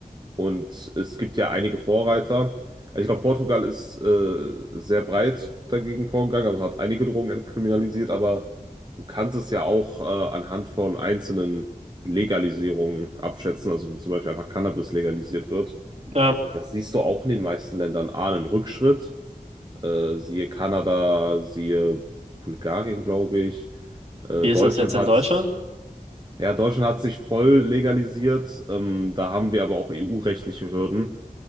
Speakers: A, on the right (about 30°); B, on the right (about 45°).
A: Und es gibt ja einige Vorreiter. Also ich glaube, Portugal ist äh, sehr breit dagegen vorgegangen, also hat einige Drogen entkriminalisiert, aber du kannst es ja auch äh, anhand von einzelnen Legalisierungen abschätzen, also wenn zum Beispiel einfach Cannabis legalisiert wird.
B: Ja,
A: Das siehst du auch in den meisten Ländern. A, einen Rückschritt, äh, siehe Kanada, siehe Bulgarien, glaube ich. Äh,
B: wie
A: Deutschland
B: ist das jetzt
A: hat's,
B: in Deutschland?
A: ja, Deutschland hat sich voll legalisiert. Ähm, da haben wir aber auch EU-rechtliche Hürden.